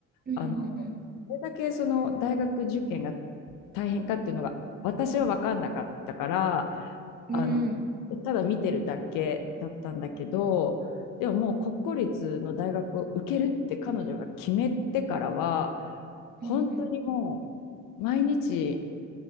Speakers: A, on the right; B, on the left.
A: うんうん
B: あの、これだけその大学受験が大変かっていうのが、私は分かんなかったから、
A: うん。
B: あの、
A: うん。
B: ただ見てるだけだったんだけど、でももう国公立の大学を受けるって彼女が決めてからは、本当にも
A: うんうん。
B: う毎日